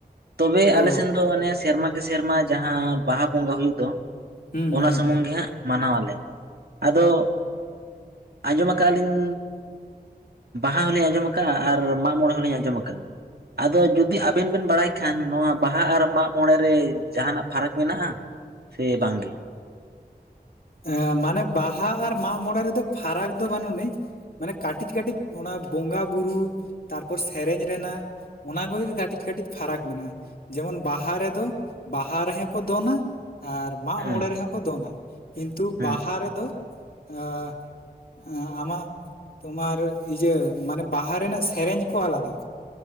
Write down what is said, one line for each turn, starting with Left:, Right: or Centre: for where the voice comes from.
Right: ᱛᱚᱵᱮ
Left: ᱚ
Right: ᱟᱞᱮ ᱥᱮᱱ ᱫᱚ ᱚᱱᱮ ᱥᱮᱨᱢᱟ ᱠᱮ ᱥᱮᱨᱢᱟ ᱡᱟᱦᱟᱸ ᱵᱟᱦᱟ ᱵᱚᱸᱜᱟ ᱦᱩᱭᱩᱜ ᱫᱚ
Left: ᱦᱩᱸ
Right: ᱚᱱᱟ
Left: ᱦᱩᱸ
Right: ᱥᱩᱢᱩᱝ ᱜᱮ ᱦᱟᱸᱜ ᱢᱟᱱᱟᱣᱟᱞᱮ ᱟᱫᱚ ᱟᱸᱡᱚᱢ ᱠᱟᱜᱼᱟ ᱞᱤᱧ ᱵᱟᱦᱟ ᱦᱚᱸᱞᱤᱧ ᱟᱸᱡᱚᱢ ᱠᱟᱜᱼᱟ ᱟᱨ ᱢᱟᱜ ᱢᱚᱬᱮ ᱦᱚᱞᱤᱧ ᱟᱸᱡᱚᱢ ᱠᱟᱜᱼᱟ᱾ ᱟᱫᱚ ᱡᱩᱫᱤ ᱟᱵᱮᱱ ᱵᱮᱱ ᱵᱟᱲᱟᱭ ᱠᱷᱟᱱ ᱱᱚᱣᱟ ᱵᱟᱦᱟ ᱟᱨ ᱢᱟᱜ ᱢᱚᱬᱮ ᱨᱮ ᱡᱟᱦᱱᱟᱜ ᱯᱷᱟᱨᱟᱠ ᱢᱮᱱᱟᱜᱼᱟ ᱥᱮ ᱵᱟᱝ ᱜᱮ
Left: ᱟ ᱢᱟᱱᱮ ᱵᱟᱦᱟ ᱟᱨ ᱢᱟᱜ ᱢᱚᱬᱮ ᱨᱮᱫᱚ ᱯᱷᱟᱨᱟᱠ ᱫᱚ ᱵᱟᱹᱱᱩᱜ ᱱᱤᱡ ᱢᱟᱱᱮ ᱠᱟᱹᱴᱤᱡ ᱠᱟᱹᱴᱤᱡ ᱚᱱᱟ ᱵᱚᱸᱜᱟ ᱵᱩᱨᱩ ᱛᱟᱨᱯᱚᱨ ᱥᱮᱨᱮᱧ ᱨᱮᱱᱟᱜ ᱚᱱᱟ ᱠᱚᱜᱮ ᱠᱟᱹᱴᱤᱡ ᱠᱟᱹᱴᱤᱡ ᱯᱷᱟᱨᱟᱠ ᱢᱮᱱᱟᱜᱼᱟ ᱡᱮᱢᱚᱱ ᱵᱟᱦᱟ ᱨᱮᱫᱚ ᱵᱟᱦᱟ ᱨᱮᱦᱚᱸ ᱠᱚ ᱫᱚᱱᱟ ᱟᱨ ᱢᱟᱜ
Right: ᱦᱩᱸ
Left: ᱢᱚᱬᱮ ᱨᱮᱦᱚᱸ ᱠᱚ ᱫᱚᱱᱟ ᱠᱤᱱᱛᱩ
Right: ᱦᱩᱸ
Left: ᱵᱟᱦᱟ ᱨᱮᱫᱚ ᱟᱸ ᱟᱸ ᱟᱢᱟᱜ ᱛᱳᱢᱟᱨ ᱤᱭᱟᱹ ᱢᱟᱱᱮ ᱵᱟᱦᱟ ᱨᱮᱱᱟᱜ ᱥᱮᱨᱮᱧ ᱠᱚ ᱟᱞᱟᱫᱟ